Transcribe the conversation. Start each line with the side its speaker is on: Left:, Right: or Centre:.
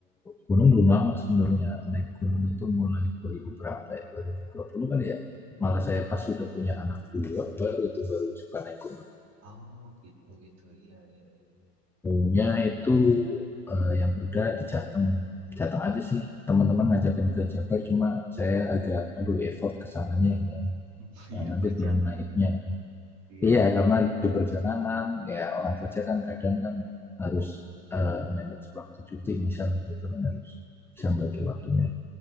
Centre: gunung belum lama sebenarnya naik gunung itu mulai 2000 berapa ya 2020 kali ya malah saya pas sudah punya anak dua baru itu baru suka naik gunung
Right: Oh, gitu gitu. Iya, iya, iya.
Centre: gunungnya itu eh, yang udah di Jateng Jateng aja sih teman-teman ngajakin ke Jabar cuma saya agak aduh effort kesananya ya.
Right: <laughs>
Centre: Nah,
Right: Iya,
Centre: nanti
Right: perjalanan.
Centre: belum naiknya
Right: Iya,
Centre: Iya, karena di perjalanan ya orang kerja kan kadang kan harus eh, manage waktu cuti misalnya gitu kan harus bisa bagi waktunya.